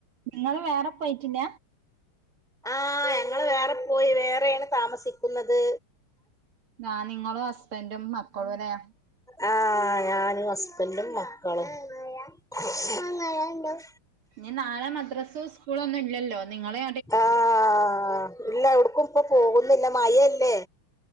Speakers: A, on the right; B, in the centre.
A: ങ്ങള് വേറെ പോയിട്ടില്ല
B: ആഹ് ഞങ്ങള് വേറെ പോയി വേറെയാണ് താമസിക്കുന്നത്
A: ഞാൻ നിങ്ങളും ഹസ്ബൻറും മക്കളും ലെ
B: ആഹ് ഞാനും ഹസ്ബൻറും മക്കളും <unintelligible>
A: ഇനി നാളെ മദ്രസ്സൂ സ്കൂളൊന്നും ഇല്ലല്ലോ നിങ്ങളെ
B: ആഹ് ഇല്ല എവിഡ്ക്കും ഇപ്പൊ പോകുന്നില്ല മയയല്ലേ